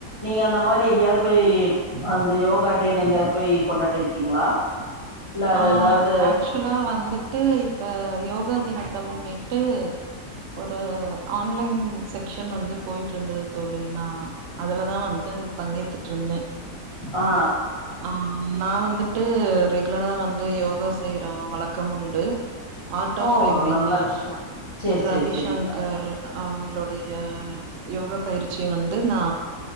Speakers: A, on the left; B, on the right.
A: நீங்க அந்த மாரி எங்கயாவது போய் அந்த யோகா டேன்னு எங்கயாவது போய் கொண்டாடி இருக்கீங்களா இல்ல அது
B: ஆ
A: ஏதாவது
B: ஆக்சுவலா வந்துட்டு இப்ப யோகா தினத்தை முன்னிட்டு ஒரு ஆன்லைன் செக்க்ஷன் வந்து போய்ட்டு இருந்தது தோழி நா அதுலதான் வந்து பங்கேத்துட்டு இருந்தேன்
A: ஆ
B: ஆ நான் வந்துட்டு ரெகுலரா வந்து யோகா செய்யற வழக்கம் உண்டு ஆர்ட்
A: ஓ
B: ஆஃப் லிவ்விங்
A: நல்ல விஷயம் சரி
B: ரவிசங்கர்
A: சரி சரிங்க
B: அவங்களோடைய யோகப்பயிற்சி பயிற்சி வந்து நா